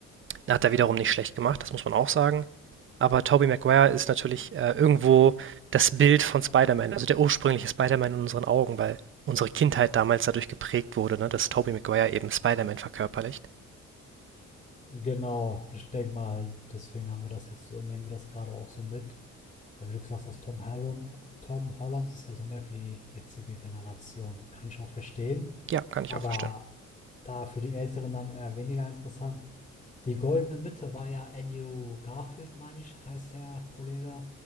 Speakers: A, on the right; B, on the left.
A: Da hat er wiederum nicht schlecht gemacht, das muss man auch sagen. Aber Tobey Maguire ist natürlich äh, irgendwo das Bild von Spider-Man, also der ursprüngliche Spider-Man in unseren Augen, weil unsere Kindheit damals dadurch geprägt wurde, ne, dass Tobey Maguire eben Spider-Man verkörperlicht.
B: Genau, ich denke mal, deswegen haben wir das jetzt so, nehmen wir das gerade auch so mit. Weil wie du gesagt hast, Tom Holland, Tom Holland ist ja so mehr für die jetzige Generation. Kann ich auch verstehen.
A: Ja, kann ich
B: Aber
A: auch verstehen.
B: da für die Älteren dann eher weniger interessant. Die goldene Mitte war ja Andrew Garfield, meine ich, heißt der Kollege.